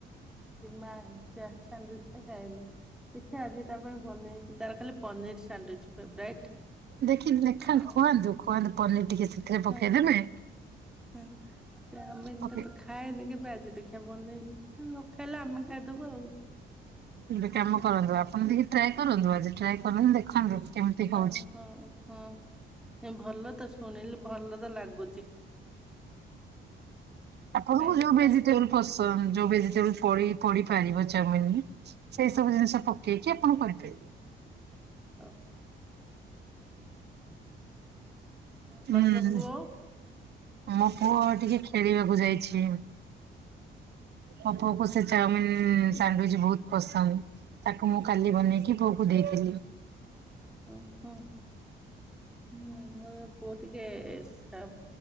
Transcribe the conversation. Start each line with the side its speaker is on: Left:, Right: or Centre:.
Centre: ମା ସନ୍ତୁଷ୍ଟ ଖନି। ଦେଖିବା ଆଜି ତା ପାଇଁ ବନେଇ ତାର ଖାଲି ପନିର ସାଣ୍ଡିଚ ଫେବରାଇଟ୍।
Right: ଦେଖି ଲେଖାନ୍ତ
Centre: ଆଉ
Right: ଖୁଆନ୍ତୁ ଖୁଆନ୍ତୁ ପନିର ଟିକେ ସେଥିରେ
Centre: ହଁ
Right: ପକେଇଦେବେ
Centre: ହଁ ଚାଉମିନ
Right: ପକେଇ
Centre: ଟା ତ ଖାଏନି କେବେ ଆଜି ଦେଖିଆ ବନେଇବି। ନ ଖାଇଲେ ଆମେ ଖାଇଦବୁ ଆଉ।
Right: ଗୋଟେ କାମ କରନ୍ତୁ ଆପଣ ଟି ଟ୍ରାଏ କରନ୍ତୁ ଆଜି ଟ୍ରାଏ କରନ୍ତୁ ଦେଖନ୍ତୁ। କେମିତି
Centre: ହ
Right: ହଉଛି।
Centre: ହଉ ହଁ ଭଲ ତ ଶୁଣିଲି ଭଲ ଲାଗୁଚି।
Right: ଆପଣଙ୍କୁ
Centre: ଦେଖିବା
Right: ଯୋଉ ଭେଜିଟେବୁଲ ପସନ୍ଦ ଯୋଉ ଭେଜିଟେବୁଲ ପଡି ପାରିବ ଚାଉମିନ ସେଇ ସବୁ
Centre: ହଉ
Right: ଜିନିଷ ପକେଇକି ଆପଣ କରିପାରିବେ।
Centre: ହଁ। ଉ ଆପଣଙ୍କ
Right: ହୁଁ
Centre: ପୁଅ?
Right: ମୋ ପୁଅ ଟିକେ ଖେଳିବାକୁ ଯାଇଛି। ମୋ ପୁଅକୁ
Centre: ହଁ
Right: ସେ ଚାଉମିିନ ସାଣ୍ଡିଚ ବହୁତ ପସନ୍ଦ। ତାକୁ ମୁଁ କାଲି ବନେଇକି ପୁଅକୁ ଦେଇଥିଲି।
Centre: ହ ହଁଉଁ। ହୁଁ ମମର ପୁଅ ଟିକେ ଆ